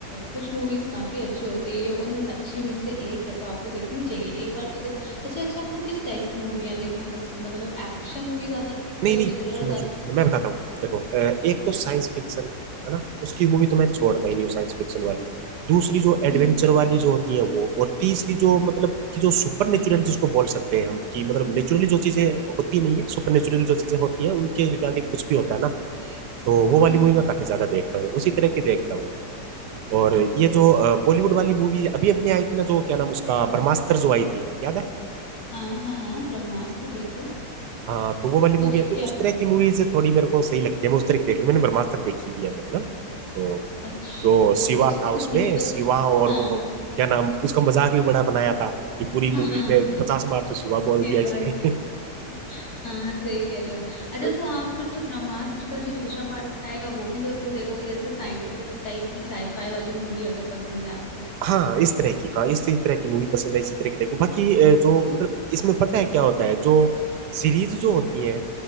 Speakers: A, on the left (about 60°); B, on the right (about 75°).
A: कुछ मूवीज काफी अच्छी होती है ये उन अच्छी में से एक है तो आपको देखनी चाहिए एक बार तो देख अच्छा अच्छा आपको किस टाइप की मूवियाँ देखना पसंद है मतलब एक्शन मूवी ज्यादा देखते
B: नहीं
A: हो
B: नहीं
A: थ्रिलर
B: सुनो
A: ज्यादा
B: सुनो
A: देखते
B: सुनो मैं बताता
A: हो
B: हूँ देखो अ, एक तो साइंस फिक्शन है ना उसकी मूवी तो मैं छोड़ता
A: हम्म
B: ही नहीं हूँ साइंस फिक्शन वाली दूसरी जो एडवेंचर
A: हम्म
B: वाली जो होती है वो और तीसरी जो मतलब कि जो सुपर नेचुरल जिसको बोल सकते हैं हम कि मतलब नेचुरली जो चीजें होती नहीं है सुपर नेचुरल जो चीजें होती हैं उनके रिगार्डिंग कुछ भी होता है ना तो वो वाली
A: हम्म
B: मूवी मैं काफी ज्यादा देखता हूँ उसी तरह की देखता हूँ और ये जो बॉलीवुड वाली मूवी अभी अपने आई थी ना जो क्या नाम उसका ब्रह्मास्त्र जो आई थी याद है
A: हाँ हाँ हाँ ब्रह्मास्त्र बिल्कुल
B: हाँ तो वो वाली मूवी
A: वो देखिए
B: आती है उस
A: आप
B: तरह की मूवीज थोड़ी मेरे को सही लगती है मैं उस तरह की देख मैंने ब्रह्मास्त्र देखी हुई है मतलब तो
A: अच्छा
B: तो शिवा
A: तो उसका
B: था
A: तो
B: उसमें
A: सीक्वल
B: शिवा और
A: हाँ
B: वो क्या नाम उसका मजाक भी बड़ा बनाया था कि पूरी मूवी
A: हाँ हाँ हाँ
B: में
A: हाँ,
B: पचास बार तो शिवा बोल
A: शिवा
B: दिया इसने
A: शिवा हाँ सही कह रहे हो आप। अच्छा
B: <laughs>
A: तो आप फिर तो ब्रह्मास्त्र का जो दूसरा पार्ट आएगा वो भी जरूर देखोगे जैसे साइंटिफिक टाइप की साईफाई वाली मूवी अगर पसंद है आपको
B: हाँ इस तरह की हाँ इस इस तरह की मूवी पसंद है इसी तरह की देखो बाकी अ, जो मतलब इसमें पता है क्या होता है जो सीरीज जो होती है